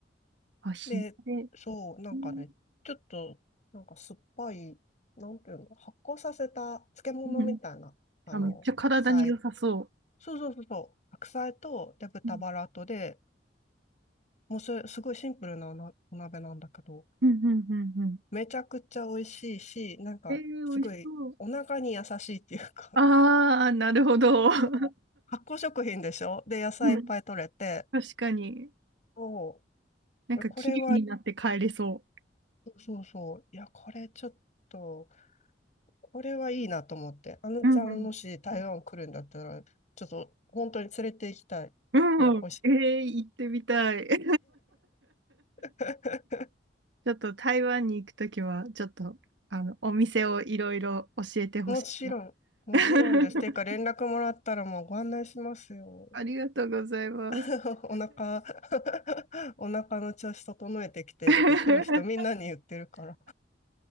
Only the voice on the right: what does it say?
あ、火鍋。
うん
うん
あ、めっちゃ体に良さそ
う。うん
うんうんうんうん。
ええ美味しそう。
ああ、なるほど。<laughs>
うん、確かに。
なんか綺麗になって帰れそ
う。うん
うん。うん。えー、行ってみたい。<laughs> ち
ょっと台湾に行くときは、ちょっと、あの、お店をいろいろ教えてほしいな。
<laughs>
ありがとうございます。
<laughs>